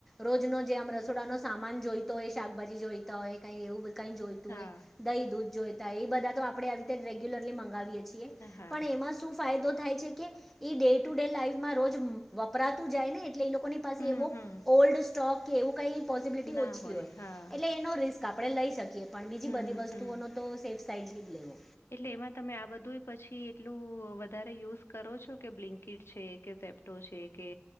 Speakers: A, in the centre; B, on the left (about 65°).
A: રોજનો જે આમ રસોડાનો સામાન જોઈતો હોય શાકભાજી જોઈતા હોય. એવું કઈ જોઈતું
B: હા,
A: હોય દહી દૂધ જોયતા એ બધા તો આપણે આવી રીતે રેગ્યુલરલી મંગાવીએ.
B: હા.
A: પણ એમાં શું ફાયદો થાય છે કે ડે ટુ ડે લાઈફમાં રોજ વપરાતું જાય ને એટલે એ લોકો ની પાસે
B: હમ,
A: એવો
B: હમ.
A: ઓલ્ડ સ્ટોક કે એવું કઈ પોસિબિલિટી
B: ના
A: ઓછી હોય
B: હા.
A: એટલે એનો રિસ્ક આપણે લઈ શકીએ. પણ બીજી
B: હમ,
A: બધી વસ્તુઓનો
B: હમ.
A: તો સેફ સાઈડથી જ લેવો.
B: એટલે એમાં તમે આ બધું પછી એટલું વધારે યુઝ કરો છો કે બ્લિન્કીટ છે કે સેપ્ટો છે કે